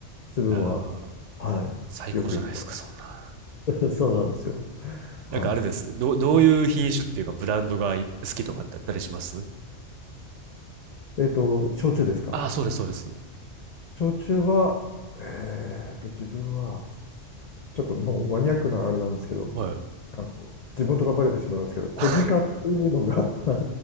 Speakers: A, on the left; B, on the right.
A: 自分は、
B: いやー
A: はい、
B: 最高じゃないですか、
A: よく行きま
B: そんな。
A: す。<laughs> そうなんですよ。は
B: なんかあれです。どう、どういう品種っていうかブランドがい好きとかってあったりします
A: い。えっと、焼酎ですか
B: ああー、そうです、そうです。
A: 焼酎は、えっと、自分は、ちょっともうマニアックなあれなんですけど、
B: はい。
A: あの、地元がバレてしまいますけど、小鹿っていうのが
B: <laughs>
A: <laughs> はい